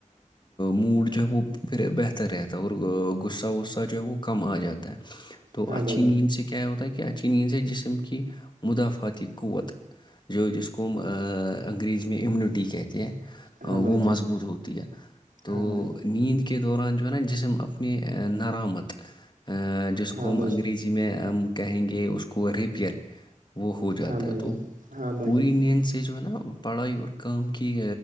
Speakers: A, on the left; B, on the right.
A: موڈ جو ہے وہ پھر بہتر رہتا ہے اور غصہ غصہ جو ہے وہ کم آ جاتا ہے تو
B: ہاں
A: اچھی
B: بھائی جان
A: نیند سے کیا ہوتا ہے اچھی نیند سے جسم کی مدافاتی قوت جو جس کوم انگریز میں امیونٹی کہتے ہیں
B: ہاں بھائی
A: وہ مضبوط
B: جان
A: ہوتی ہے تو
B: ہاں بھائی جان
A: نیند کے دوران جو ہے نا جسم اپنی نرامت جس
B: ہاں
A: کو ہم
B: بھائی
A: انگریزی
B: جان
A: یہ م میں ہم کہیں گے اس کو عریبیہ وہ ہو جاتا
B: ہاں
A: ہے
B: بھائی جان
A: تو
B: ہاں بھائی
A: پوری
B: جان
A: نیند سے جو ہے نا پڑھائی اور کام کی